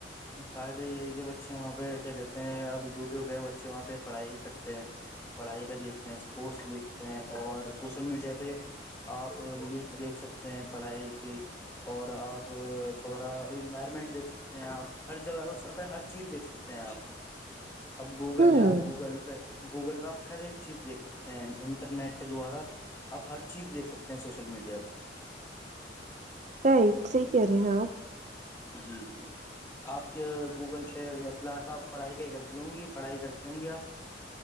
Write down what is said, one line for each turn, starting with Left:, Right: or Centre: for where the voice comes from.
Left: فائدہ یہ ہے کہ بچے وہاں پہ کیا کہتے ہیں اب یوٹیوب ہے بچے وہاں پہ پڑھائی کرتے ہیں پڑھائی کا دیکھتے ہیں اسپورٹس دیکھتے ہیں اور سوشل میڈیا پہ آپ ریلس دیکھ سکتے ہیں پڑھائی کی اور آپ سورا انوائرمنٹ دیکھ سکتے ہیں آپ ہر جگہ ہو ستا ہے ہر چیز دیکھ سکتے ہیں آپ اب گوگل
Right: ہوں
Left: ہے آپ گوگل پہ گوگل پہ آپ ہر ایک چیز دیکھ سکتے ہیں انٹرنیٹ کے دوارا آپ ہر چیز دیکھ سکتے ہیں سوشل میڈیا پہ
Right: رائٹ صحی
Left: جی
Right: کہہ رہے ہیں آپ
Left: جی جی آپ کے گوگل پے ویب سلائٹ پہ آپ پڑھائی کا کرتی ہوں گی پڑھائی کرتی ہوں گی آپ